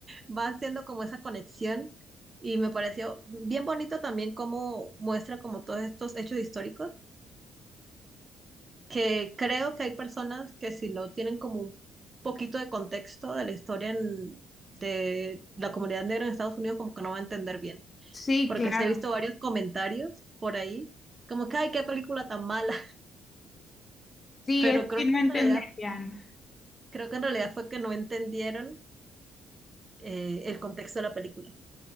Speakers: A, on the right; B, on the left.
A: Va haciendo como esa conexión y me pareció bien bonito también cómo muestra como todos estos hechos históricos, que creo que hay personas que si no tienen como un poquito de contexto de la historia en- de la comunidad negra en Estados Unidos, como que no va a entender bien.
B: Sí,
A: Porque
B: claro.
A: sí he visto varios comentarios por ahí, como que, ay, qué película tan mala.
B: Sí,
A: Pero
B: es
A: creo
B: que no
A: que
B: entenderían.
A: en realidad fue, creo que en realidad fue que no entendieron eh, el contexto de la película.